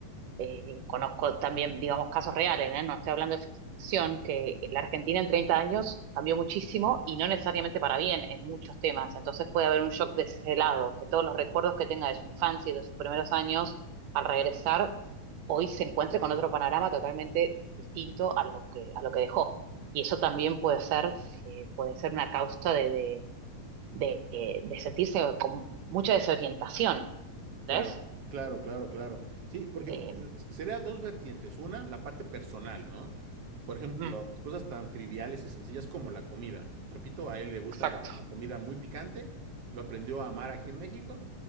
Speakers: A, on the right; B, on the right.
A: eh, digo, conozco también, digamos, casos reales, ¿eh? No estoy hablando de ficción, que la Argentina en 30 años cambió muchísimo y no necesariamente para bien en muchos temas, entonces puede haber un shock de ese lado, que todos los recuerdos que tenga de su infancia y de sus primeros años al regresar, hoy se encuentre con otro panorama totalmente distinto a lo que, a lo que dejó. Y eso también puede ser, eh, puede ser una causa de, de de, eh, de sentirse con mucha desorientación,
B: Claro,
A: ¿ves?
B: claro, claro, claro. Sí, porque
A: Eh,
B: eh, sería dos vertientes. Una, la parte personal, ¿no? Por ejemplo,
A: mm,
B: cosas tan triviales y sencillas como la comida. Repito, a él le gusta
A: exacto.
B: la, la comida muy picante, lo aprendió a amar aquí en México